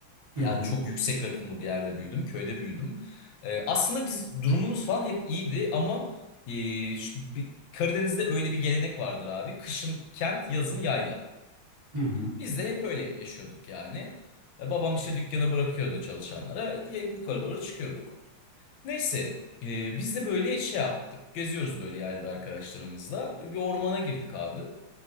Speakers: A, on the right; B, on the left.
A: Hı
B: Yani
A: hı.
B: çok yüksek rakımlı bir yerde büyüdüm. Köyde büyüdüm. E, aslında biz durumumuz falan hep iyiydi ama e, şu- bi- Karadeniz'de öyle bir gelenek vardır abi. Kışın kent, yazın yayla.
A: Hı hı.
B: Biz de hep öyle yaşıyorduk yani. E, babam işte dükkanı bırakıyordu çalışanlara. Diye yukarı doğru çıkıyorduk. Neyse e, biz de böyle şey yaptık. Geziyoruz böyle yerde arkadaşlarımızla. Bir ormana girdik abi.